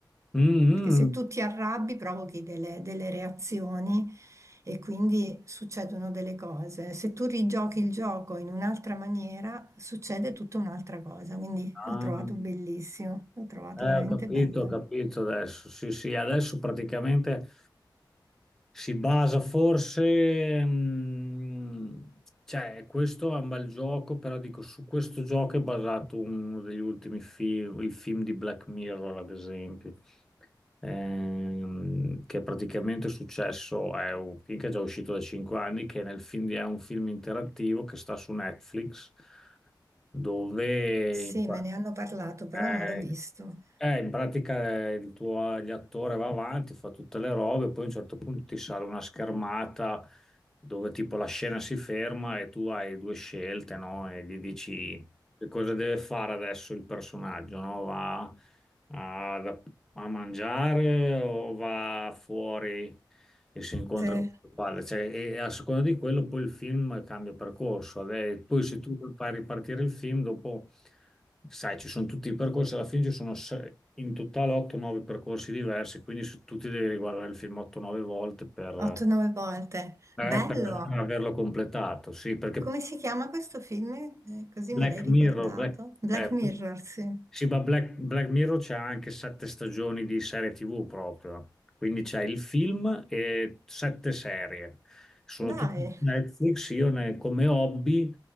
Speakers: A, in the centre; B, on the right.
A: mhm.
B: Perché se tu ti arrabbi, provochi delle, delle reazioni e quindi succedono delle cose. Se tu rigiochi il gioco in un'altra maniera, succede tutta un'altra cosa. Quindi
A: Ah.
B: l'ho trovato bellissimo, l'ho trovato
A: Eh,
B: veramente
A: ho capito,
B: bello.
A: ho capito adesso. Sì, sì, adesso praticamente si basa forse, mh, cioè questo è un bel gioco, però dico su questo gioco è basato uno degli ultimi film, il film di Black Mirror, ad esempio, ehm, che praticamente è successo, è un film che è già uscito da 5 anni, che nel film di- è un film interattivo che sta su Netflix, dove...
B: Sì,
A: in pa-
B: me ne hanno parlato, però
A: eh,
B: non l'ho visto.
A: eh, in pratica eh, il tuo l'attore va avanti, fa tutte le robe, poi a un certo punto ti sale una schermata dove tipo la scena si ferma e tu hai due scelte, no? E gli dici che cosa deve fare adesso il personaggio, no? Va a, da- a mangiare o va fuori e si incontra
B: Sì. Eh,
A: con il padre? Cioè, e a seconda di quello poi il film cambia percorso. Vabbè, Poi se tu fai ripartire il film, dopo, sai, ci sono tutti i percorsi, alla fine ci sono se- in totale 8-9 percorsi diversi, quindi se tu ti devi riguardare il film 8-9 volte per...
B: 8-9 volte.
A: eh,
B: Bello!
A: per per averlo completato, sì, perché
B: Come si chiama questo film? Eh, così
A: Black
B: me l'hai ricordato.
A: Mirror, Black,
B: Black
A: eh,
B: Mirror, sì.
A: sì, ma Black, Black Mirror c'è anche sette stagioni di serie TV proprio. Quindi c'è il film e sette serie. Sono
B: Dai,
A: tutti su Netflix. Io ne- come hobby,